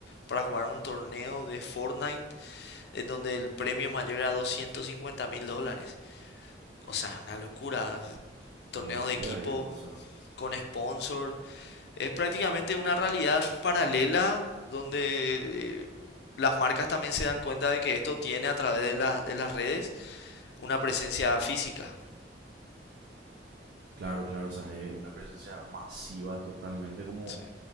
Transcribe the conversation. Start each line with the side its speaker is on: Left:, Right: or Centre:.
Left: para jugar un torneo de Fortnite en donde el premio mayor era 250 mil dólares. O sea, una locura. Torneos
Right: Una locura,
Left: de equipo
Right: viejo. O sea,
Left: con sponsor. Es prácticamente una realidad paralela donde eh, las marcas también se dan cuenta de que esto tiene a través de, la- de las redes una presencia física.
Right: claro, claro. O sea, es una presencia masiva totalmente como...
Left: Sí.
Right: O